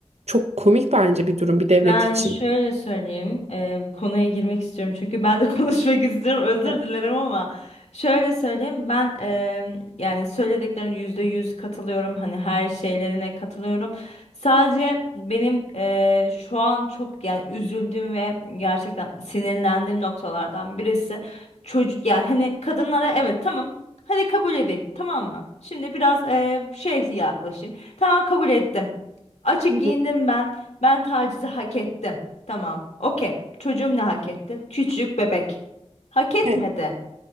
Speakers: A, on the right; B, on the left.
A: çok komik bence bir durum bir devlet
B: Ben
A: için.
B: şöyle söyleyeyim, eee, bir konuya girmek istiyorum çünkü ben de <laughs> konuşmak istiyorum. Özür
A: Evet.
B: dilerim ama şöyle söyleyeyim, ben eee yani söylediklerin yüzde yüz katılıyorum. Hani her şeylerine katılıyorum. Sadece benim eee, şu an çok yani üzüldüğüm ve gerçekten sinirlendiğim noktalardan birisi çocuk yani hani kadınlara evet tamam. Hadi kabul edeyim tamam mı? Şimdi biraz eee şey yaklaşayım. Tamam kabul ettim. Açık
A: Hı hı.
B: giyindim ben. Ben tacizi hak ettim. Tamam. Okey. Çocuğum ne hak etti? Küçücük bebek. Hak etmedi.
A: Evet.